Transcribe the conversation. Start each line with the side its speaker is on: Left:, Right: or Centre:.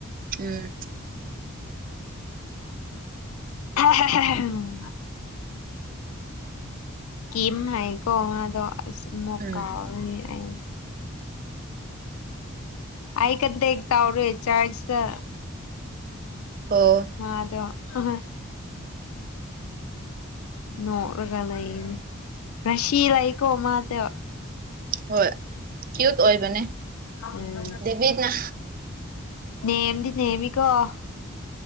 Right: ꯎꯝ
Left: <unintelligible> ꯀꯝ ꯍꯥꯏꯀꯣ ꯃꯗꯣ꯫ ꯑ ꯃꯣꯀꯥꯎꯔꯥꯅꯤ꯫
Right: ꯎꯝ
Left: ꯑ <unintelligible> ꯑ ꯀꯗ ꯌꯦ ꯇꯎ꯭ꯔꯔꯤ ꯆꯥꯖꯗ꯫
Right: ꯑꯣ
Left: ꯃꯥꯗꯣ ꯫ ꯍꯣ ꯍꯣꯏ꯫ ꯅꯣꯛꯔꯒ ꯂꯩꯅꯤ ꯔꯁꯤ ꯂꯩꯀꯣ ꯃꯥ ꯇ꯫
Right: ꯍꯣꯏ ꯀ꯭ꯌꯨꯠ ꯑꯣꯏꯕꯅꯦ
Left: ꯎꯝ
Right: ꯗꯦꯕꯤꯠꯅ꯫
Left: ꯅꯦꯝꯗꯤ ꯅꯦꯃꯤ ꯀꯣ ꯫